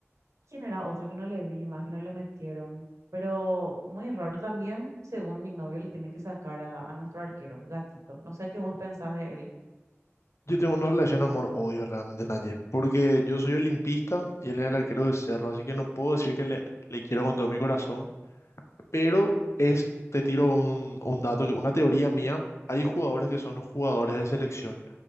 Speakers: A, on the right; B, on the left.
A: ¿quién era otro que no le vi más, que no le metieron? Pero muy raro también, según mi novio, le tienen que sacar a, a nuestro arquero, Gatito. No sé qué vos pensás de él.
B: Yo tengo una relación amor-odio realmente, Naye, porque yo soy olimpista y él es el arquero de Cerro, así que no puedo decir que le, le quiero con todo mi corazón, Pero es, te tiro un, un dato, que- una teoría mía. Hay jugadores que son jugadores de selección.